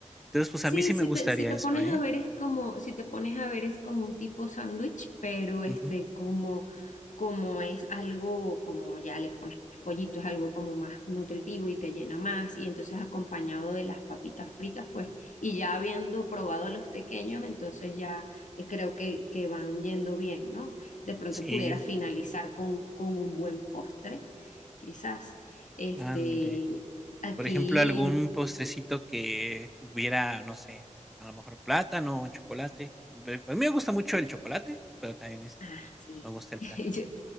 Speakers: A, in the centre; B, on the left.
A: Entonces, pues
B: Sí,
A: a mí sí
B: si
A: me gustaría
B: te, si te
A: eso,
B: pones
A: ¿eh?
B: a ver es como, si te pones a ver es como un tipo sándwich, pero este,
A: Ujú.
B: como, como es algo, como ya le pones pollito, es algo como más nutritivo y te llena más, y entonces acompañado de las papitas fritas, pues, y ya habiendo probado los pequeños, entonces ya eh, creo que, que van yendo bien, ¿no? De pronto
A: Sí,
B: pudiera finalizar con, con un buen postre, quizás. Este,
A: ándale.
B: Aquí
A: Por ejemplo, algún postrecito que tuviera, no sé, a lo mejor plátano o chocolate. Ve, pues, a mí me gusta mucho el chocolate, pero también, este,
B: Ah, sí.
A: me gusta el
B: <laughs>
A: plátano.
B: Yo-